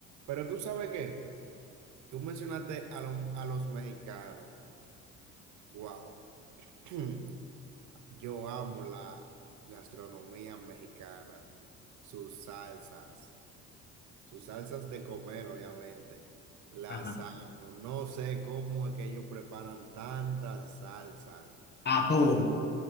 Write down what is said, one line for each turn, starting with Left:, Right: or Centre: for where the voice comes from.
Right: Pero tú sabes qué, tú mencionaste a, lo- a los mexicanos. Wow. <clears throat> Yo amo la gastronomía mexicana, sus salsas, sus salsas de comer, obviamente. Las
Left: ajá,
Right: amo. No sé cómo es que ellos preparan tantas salsas.
Left: A todo.